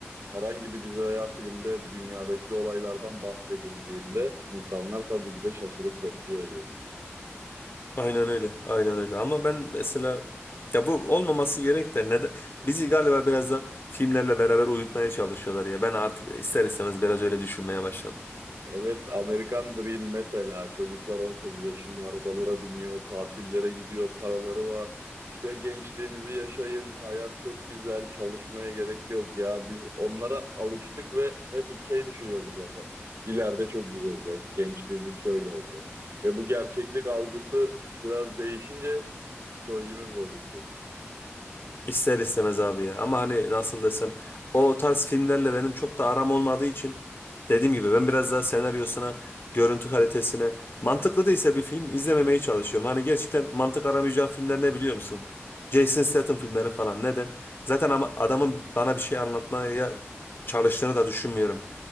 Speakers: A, on the right; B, on the left.
A: Herhangi bir dizi veya filmde dünyadaki olaylardan bahsedildiğinde insanlar tabii ki de şaşırıp tepki veriyor.
B: Aynen öyle. Aynen öyle. Ama ben mesela ya bu olmaması gerek de neden bizi galiba biraz da filmlerle beraber uyutmaya çalışıyorlar ya. Ben artık ister istemez biraz öyle düşünmeye başladım.
A: Evet, American Dream mesela çocuklar 18 yaşında arabalara biniyor, tatillere gidiyor, paraları var. İşte gençliğinizi yaşayın, hayat çok güzel, çalışmaya gerek yok ya. Biz onlara alıştık ve hep şey düşünüyorduk zaten. İleride çok güzel olacak, gençliğimiz şöyle olacak. Ve bu gerçeklik algısı biraz değişince psikolojimiz bozuldu.
B: İster istemez abi ya. Ama hani nasıl desem o tarz filmlerle benim çok da aram olmadığı için dediğim gibi ben biraz daha senaryosuna, görüntü kalitesine mantıklı değilse bir film izlememeye çalışıyorum. Hani gerçekten mantık aramayacağım filmler ne biliyor musun? Jason Statham filmleri falan. Neden? Zaten ama adamın bana bir şey anlatmaya çalıştığını da düşünmüyorum.